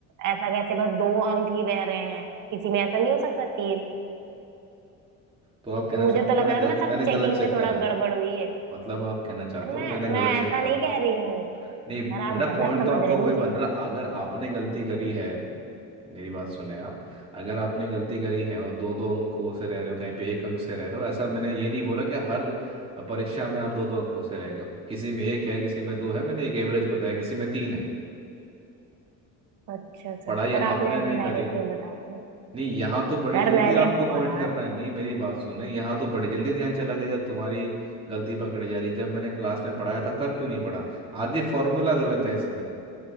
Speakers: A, on the right; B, on the right.
A: ऐसा कैसे बस दो अंक ही बह रहे हैं किसी में ऐसा नहीं हो सकता तीन
B: तो आप कहना
A: मुझे
B: चाहते
A: तो लग
B: हो मैंने
A: रहा है
B: ग,
A: ना
B: मैंने
A: सर चेकिंग
B: गलत चेक
A: में थोड़ा
B: करा है
A: गड़बड़ हुई है
B: मतलब आप कहना
A: सर
B: चाहते
A: मैं
B: हो मैंने गलत
A: मैं
B: चेक
A: ऐसा
B: करा
A: नहीं कह रही हूँ
B: नहीं
A: सर आप
B: बेटा
A: गलत
B: पॉइंट
A: समझ
B: तो आपका
A: रहे हैं
B: वही
A: मुझे
B: बन रहा है अगर आपने गलती करी है मेरी बात सुने आप अगर आपने गलती करी है और दो दो अंकों से रह रहे हो कहीं पे एक अंक से रह रहे हो ऐसा मैंने ये नहीं बोला कि हर परीक्षा में आप दो दो अंकों से रह गए हो किसी में एक है किसी में दो है मैंने एक एवरेज बताया किसी में तीन है
A: अच्छा सर
B: पढ़ाई
A: सर आपने
B: आपने
A: ऐसे
B: नहीं करी
A: डायरेक्ट नहीं बता दिया
B: नहीं यहाँ तो बड़ी
A: सर
B: जल्दी
A: मैंने
B: आपको पॉइंट
A: पढ़ा
B: करना है नहीं मेरी बात सुने यहाँ तो बड़ी जल्दी ध्यान चला गया जब तुम्हारी गलती पकड़ी जा रही जब मैंने क्लास में पढ़ाया था तब क्यों नहीं पढ़ा आधी फार्मूला गलत है इसमें